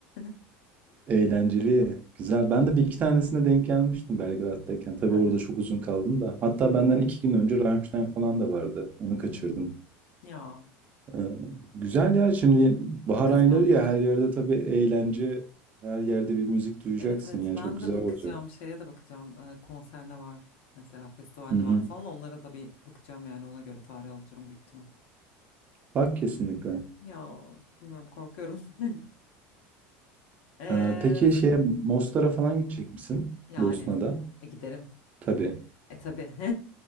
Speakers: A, on the left; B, on the right.
A: <laughs>
B: Eğlenceli. Güzel. Ben de bir iki tanesine denk gelmiştim Belgrad'dayken. Tabii
A: Hı
B: orada
A: hı.
B: çok uzun kaldım da. Hatta
A: Hı hı.
B: benden iki gün önce Rammstein falan da vardı. Onu kaçırdım.
A: Hı hı. Ya.
B: Ee, güzel ya. Şimdi bahar
A: Bakacağım.
B: ayları ya
A: Evet.
B: her yerde tabii eğlence. Her yerde bir müzik duyacaksın
A: Evet evet.
B: ya.
A: Ben
B: Çok güzel
A: de bakacağım.
B: olacak.
A: Şeye de bakacağım. Ee, konser ne var? Mesela festival
B: Hı
A: ne
B: hı.
A: var falan. Onlara da bir bakacağım yani. Ona göre tarih alacağım büyük ihtimal.
B: Bak kesinlikle.
A: Ya bilmiyorum korkuyorum. <laughs> Ee,
B: Ee, peki
A: s-
B: şeye Mostar'a falan gidecek misin?
A: yani
B: Bosna'da.
A: e, giderim.
B: Tabii.
A: E tabii.